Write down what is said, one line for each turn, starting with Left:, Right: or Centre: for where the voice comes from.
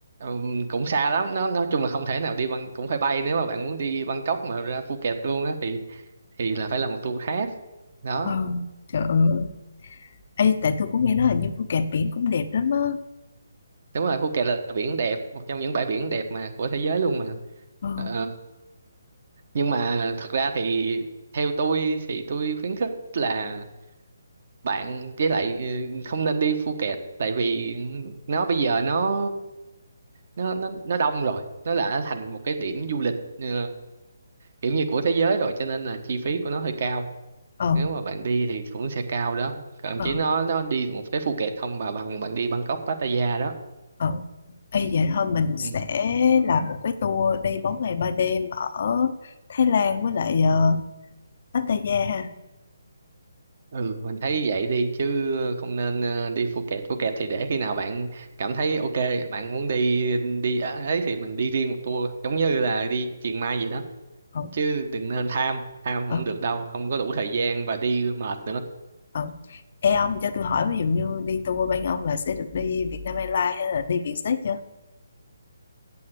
Right: ừm, cũng xa lắm nó nói chung là không thể nào đi bằng cũng phải bay nếu mà bạn muốn đi Bangkok mà ra Phuket luôn á thì thì là phải là một tour khác đó
Left: Ờ, trời ơi. Ê, tại tôi cũng nghe nói là như Phuket biển cũng đẹp lắm á.
Right: đúng rồi Phuket là biển đẹp một trong những bãi biển đẹp mà của thế giới luôn mà
Left: Ờ,
Right: Ờ, nhưng mà thật ra thì theo tôi thì tôi khuyến khích là bạn với lại ừ, không nên đi Phuket tại vì nó bây giờ nó nó nó nó đông rồi nó đã thành một cái điểm du lịch ờ, kiểu như của thế giới rồi cho nên là chi phí của nó hơi cao
Left: ờ,
Right: nếu mà bạn đi thì cũng sẽ cao đó còn
Left: ờ,
Right: chỉ nó nó đi một cái Phuket không mà bằng bạn đi Bangkok Pattaya đó
Left: ờ. Ê, vậy thôi mình
Right: ừ.
Left: sẽ làm một cái tour đi 4 ngày 3 đêm ở Thái Lan với lại ờ, Pattaya ha.
Right: ừ mình thấy vậy đi chứ không nên ờ, đi Phuket Phuket thì để khi nào bạn cảm thấy ok bạn muốn đi đi ấy thì mình đi riêng một tour giống như là đi Chiang Mai vậy đó
Left: Ờ,
Right: chứ đừng nên tham tham
Left: ờ,
Right: không được đâu không có đủ thời gian và đi mệt nữa
Left: ờ. Ê ông cho tôi hỏi ví dụ như đi tour bên ông là sẽ được đi Vietnam Airlines hay là đi Vietjet chưa?